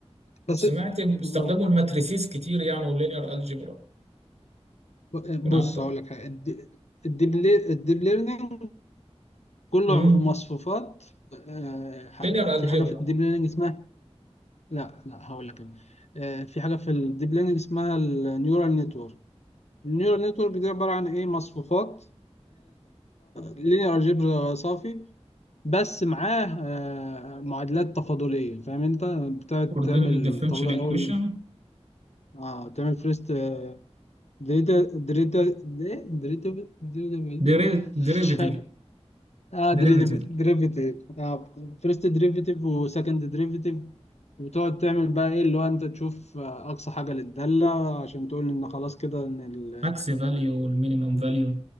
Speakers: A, on the left (about 75°); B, on the right (about 75°).
A: بس
B: سمعت باستخدموا
A: قول.
B: الماتريسيز كتير يعني واللينير algebra
A: ب-
B: يكون
A: بص
B: عندك
A: هقول لك حاجه الد- الديب لي- الديب ليرنينج كله
B: امم
A: عب- مصفوفات آه، ح-
B: linear algebra
A: في حاجه في الديب ليرنينج اسمها لا لا هقول لك أنا. آه، في حاجه في الديب ليرنينج اسمها النيورال نتورك النيورال نتورك دي عبارة عن إيه مصفوفات لينير الجبر صافي بس معاه آه، معادلات تفاضلية فاهم أنت بتقعد
B: ordinary
A: تعمل
B: differential
A: تفاضل
B: equation
A: أول اه تعمل فيرست دريتا دريتا دريتا دريتا دريتا-
B: Deri- derivative
A: مش فاهم اه
B: derivative
A: دريتا دريفيتيف اه فيرست دريفيتيف وسكند دريفيتيف وتقعد تعمل بقى ايه اللي هو انت تشوف آه، اقصى حاجه للداله عشان تقول ان خلاص كده ان ال...
B: max value والمينيمم value